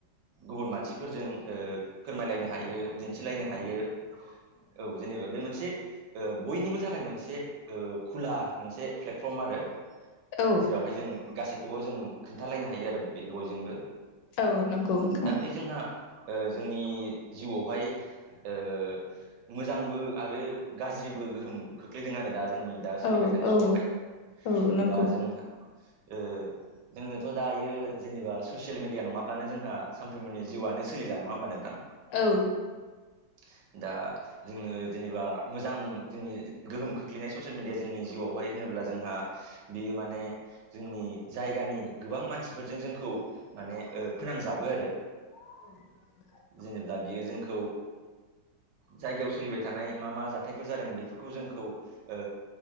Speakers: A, on the right; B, on the left.
A: गुबुन मानसिफोरजों ओ फोरमायलायनो हायो। मिथिलायनो हायो औ जेनेबा बे मोन से ओ बनिबो थाखाय मोनसे खुला मोनसे प्ले फर्म आरो
B: औ
A: जेरावहाय जों गासैखौबो जों खोन्थालायनो हायो आरो बे बयजोंबो।
B: औ नंगौ नोंथां।
A: दा बे जोंहा ओ जोंनि जिउआवहाय ओ मोजांबो आरो गाज ज्रिबो गोहोम खोख्लैदों आरो दा। जोंनि दा सोलिबाय
B: औ
A: थानाय
B: औ
A: समावहाय
B: औ नंगौ
A: दा जोंहा ओ जोंनोथ' दायो जेनेबा ससियेल मिडिया नंङाब्लानो जोंहा सानफ्रोमबोनि जिउआनो सोलिला नंङा होनबा नोंथां?
B: औ
A: <inaudible> दा जोंङो जेनेबा मोजां जोंनि गोहोम खोख्लैनाय ससियेल मिडिया जोंनि जिउआवहाय होनो होनोब्ला जोंहा बियो माने जोंनि जायगानि गोबां मानसिफोरजों जोंखौ माने फोनांजाबो आरो।
B: <inaudible>
A: जेनेब्ला बियो जोंखौ जायगायाव सोलिबाय थानाय मा मा जाथायफोर जादों बेफोरखौ जोंखौ ओ